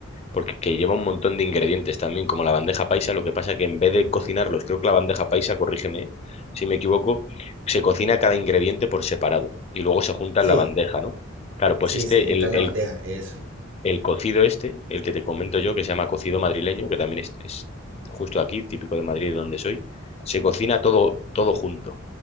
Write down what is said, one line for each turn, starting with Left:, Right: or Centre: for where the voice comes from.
Left: porque que lleva un montón de ingredientes también, como la bandeja paisa, lo que pasa que en vez de cocinarlos, creo que la bandeja paisa, corrígeme si me equivoco, se cocina cada ingrediente por separado y luego se junta
Right: Sí,
Left: en la bandeja, ¿no? Claro, pues
Right: sí,
Left: este,
Right: se junta
Left: el,
Right: en
Left: el,
Right: la bandeja, eso.
Left: el cocido este, el que te comento yo, que se llama cocido madrileño, que también es, es justo aquí, típico de Madrid, de donde soy, se cocina todo, todo junto